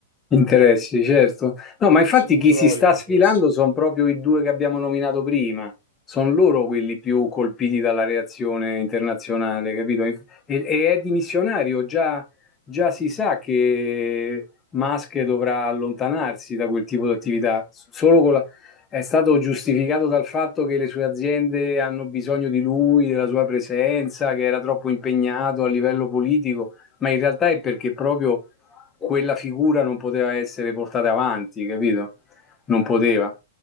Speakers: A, on the left; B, on the right.
A: Interessi, certo. No, ma infatti
B: sì, introiti,
A: chi si sta sfilando
B: interessi.
A: sono proprio i due che abbiamo nominato prima. Sono loro quelli più colpiti dalla reazione internazionale, capito? E, e è dimissionario, già, già si sa che Musk dovrà allontanarsi da quel tipo di attività. Solo con la- È stato giustificato dal fatto che le sue aziende hanno bisogno di lui, della sua presenza, che era troppo impegnato a livello politico, ma in realtà è perché proprio quella figura non poteva essere portata avanti, capito? Non poteva.